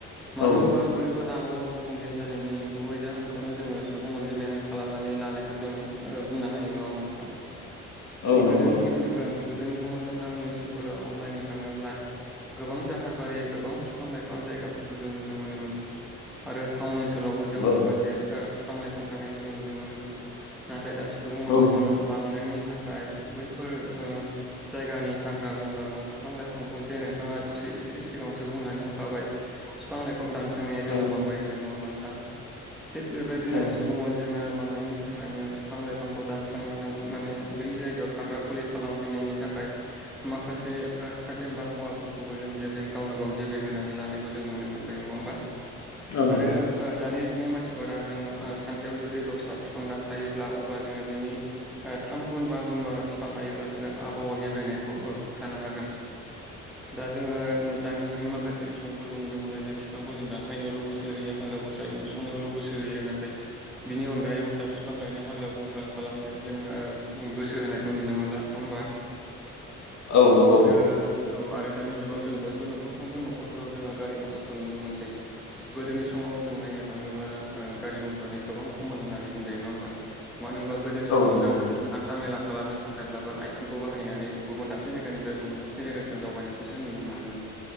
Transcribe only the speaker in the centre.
मानो
होनबा बैफो आबहावा गुबुंले जानायनि गुबै जाहोनखौनो जोङो सुबुं अनजिमायानो खालामनानै लानायखौ जों ओ बुंनो हायो। नङा होमबा नोंथां?
गोदोनि ओ ओं गोदोनि समाव जों गामि ओनसोलफोराव नायनो थाङोब्ला गोबां जाहारबारि गोबां बिफां लाइफां जायगाफोरखौ जों नुनो मोनोमोन। आरो टाउन ओनसोलावबो जों
माखासे ओ फिफां लाइफां थानायखौ जों नुनो मोनो मोन नाथाय दा सुबुं
अनजिमा बांनायनि थाखाय बैफोर ओ जायगानि हाग्रा बंग्रा बा फि बिफां लाइफांखौ जे नोंथाङा दसे एसे सिगाङावसो बुंनानै थांखाबाय। बिफां लाइफां दान <unintelligible> जोंनाया
जोंना बांबाय होन्नानै। नङा होमबा नोंथां? थिग बेबायदिनो
सुबुं अनजिमाया बांनायनि थाखायनो बिफां लाइफांखौ दानस्रांनानै माने बै जायगायाव थाग्रा खुलि खालामहैनायनि थाखाय माखासे ओ थाजिम बारहावाफोरखौबो जों गेब्रें गावनो गाव गेब्रें होनानै लानायखौ जों नुनो मोनबाय। नङा होमबा?
आरो ओ दानि जुगनि मानसि फोरा जों ओ सानसेयाव जुदि दसथा बिफां दानफायोब्ला अबा जोंङो बिनि ओ थाम गुन बा गु बारा बिफां गायोब्लास जों आबहावा गेब्रेंनायखौ ओ हमथानो हागोन। दा जोङो दानि जुगनि माखासे सुबुंफोरखौ नुनो मोनो जे बिफांखौ जों दानफायनायावल' गोसो होयो। हाग्रा बस्रा एवस्रांनायाव' गोस सो होयो नाथाय बिनि अनगायै उल्था बिफां गायनाय हाग्रा बंग्रा खालामनायाव जोङो गोसो होनायखौ नुनो मोनला। नङा होमबा?
आरो औ आरो दानि जुगाव जों बयबो न'खरफ्रोमबो न'खरफोराव जोङो गारि मथरखौ नुनो मोनसै। गोदोनि समाव जों नायनो थाङोब्ला ओ गारि मथरानो गोबां कमन होननानै बुंजायो। नङा होमबा? मानो होमबा गोदोनि
समाव
जोंहा हान्था
हान्था मेला खालामनो थाखायब्लाबो आथिंखौ बाहायनानै गुबुन दाबसे जायगानिफ्राय गुबुन दाबसे जायगासिम दावबायनायखौसो नुनो मोनोमोन।